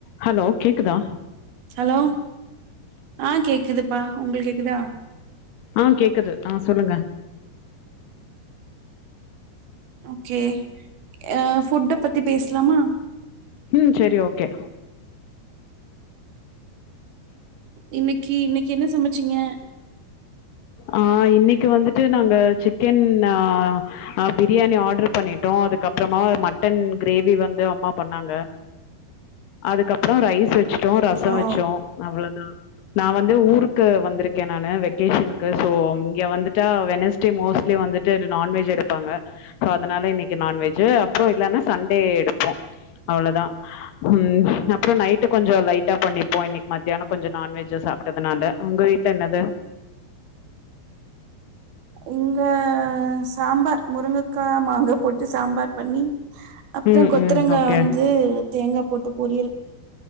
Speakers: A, on the left (about 70°); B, on the right (about 65°).
A: hello கேக்குதா
B: hello ஆ கேக்குது பா உங்களுக்கு கேக்குதா
A: ஆ கேக்குது ஆ சொல்லுங்க
B: ஓகே அ ஃபுட்ட பத்தி பேசலாமா
A: ம் செரி ஓகே
B: இன்னிக்கி இன்னிக்கி என்ன சமச்சீங்க
A: ஆ இன்னிக்கு வந்துட்டு நாங்க சிக்கன் ஆ ஆ பிரியாணி ஆர்டர் பண்ணிட்டோ அதுக்கப்பறமா மட்டன் கிரேவி வந்து அம்மா பண்ணாங்க
B: <unintelligible>
A: அதுக்கப்பற ரைஸ் வச் ச்சுட்டோ ரசம்
B: ஓ
A: வச்சோ அவ்ளோதா நா வந்து ஊருக்கா வந்திருகே நானு வெக் வெகேஷனுக்கு சோ இங்க வந்துட்டா வெனஸ்டே மோஸ்லி வந்துட்டு நான்வெஜ் எடுப்பாங்க சோ அதனால இன்னிக்கு நான்வெஜ் அப்புற இல்லன்னா சண்டே எடுப்போ அவ்ளோதா ம் அப்பற நைட்டு கொஞ்சோ லைட்டா பண்ணிப்போ இன்னிக்கு மதியான கொஞ்சோ நான்வெஜ்ஜா சாப்டதுனால உங்க வீட் என்னது
B: உங்க சாம்பார் முருங்கக்கா மாங்கா போட் சாம்பார் பண்ணி அப்பற
A: ம்
B: கொத்தரங்கா
A: ம் ஓகே
B: வந்து தேங்கா கூட்டு பொரியல்